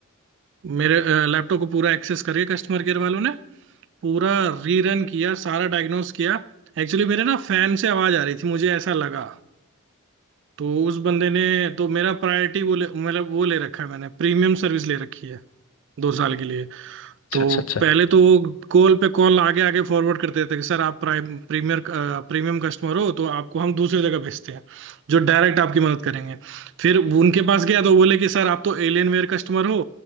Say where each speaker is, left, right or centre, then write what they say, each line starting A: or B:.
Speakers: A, on the right; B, on the left.
A: मेरे लैपटॉप को पूरा एक्सेस करके कस्टमर केयर वालों ने पूरा रीरन किया सारा डायग्नोस किया एक्चुअली मेरे ना फैन से आवाज आ रही थी मुझे ऐसा लगा तो उस बंदे ने तो मेरा प्रायोरिटी वो ले, मतलब वो ले रखा है मैंने प्रीमियम सर्विस ले रखी है दो साल के लिए
B: अच्छा
A: तो
B: अच्छा अच्छा
A: पहले तो वो कॉल पे कॉल आगे आगे फॉरवर्ड करते थे कि सर आप प्राइम प्रीमियर प्रीमियम कस्टमर हो तो आपको हम दूसरी जगह भेजते हैं जो डायरेक्ट आपकी मदद करेंगे फिर उनके पास गया तो बोले कि सर आप तो एलियन वेयर कस्टमर हो